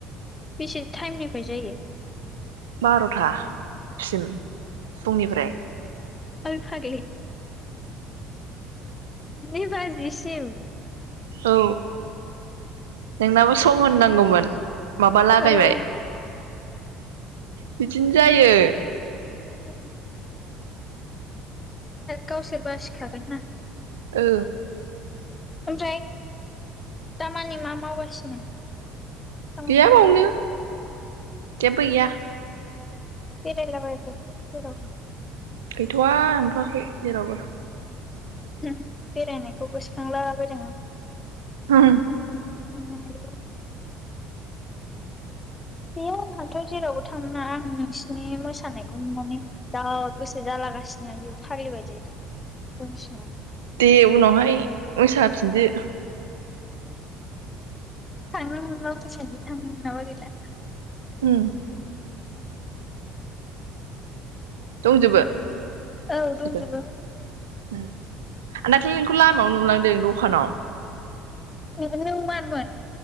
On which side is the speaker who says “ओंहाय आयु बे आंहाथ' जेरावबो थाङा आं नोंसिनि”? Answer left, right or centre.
Left